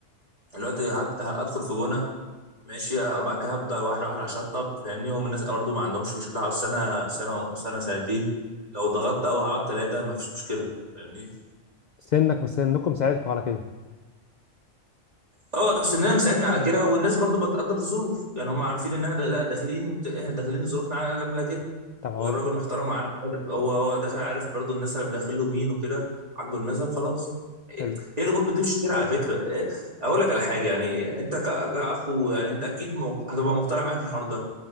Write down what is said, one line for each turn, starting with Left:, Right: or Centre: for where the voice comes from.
Right: دلوقتي هبت- هدخل في بنا ماشي آه، بعد كده هبدا واحده واحده اشطب فاهمني هم الناس برضه ما عندهمش مشكله على السنه سنه سنه سنتين لو ضغطت قوي هقعد ثلاثه ما فيش مشكله فاهمني
Left: سنك مش سنكم ساعدكم على كده
Right: اه سننا مساعدنا على كده والناس برضو بتقدر الظروف يعني هم عارفين ان احنا لا داخلين احنا داخلين ظروفنا عامله كده
Left: طب هقول
Right: هو الراجل
Left: لك
Right: محترم عارف هو هو داخل عارف برضو الناس اللي داخل له مين وكده عاجبه النسب خلاص
Left: حلو
Right: هي الامور بتمشي كده على فكره إيه، اقول لك على حاجه يعني انت ك- كاخ يعني انت اكيد م- هتبقى مقتنع معايا في الحوار ده